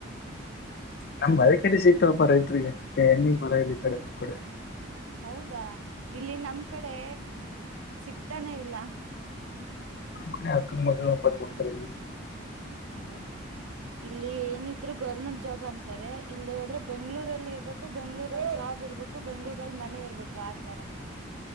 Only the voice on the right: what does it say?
ಹೌದಾ ಇಲ್ಲಿ ನಮ್ ಕಡೆ ಸಿಕ್ತಾನೆ ಇಲ್ಲ
ಹೌದಾ ಇಲ್ಲಿ ಏನಿದ್ರು ಗೌರ್ಮೆಂಟ್ ಜಾಬ್ ಅಂತಾರೆ ಇಲ್ಲಿ ಹೋದ್ರೆ ಬೆಂಗ್ಳೂರಲ್ಲಿ ಇರ್ಬೇಕು ಬೆಂಗ್ಳೂರಲ್ಲಿ ಜಾಬ್ ಇರ್ಬೇಕು ಬೆಂಗ್ಳೂರಲ್ಲಿ ಮನೆ ಇರ್ಬೇಕು ಆತರ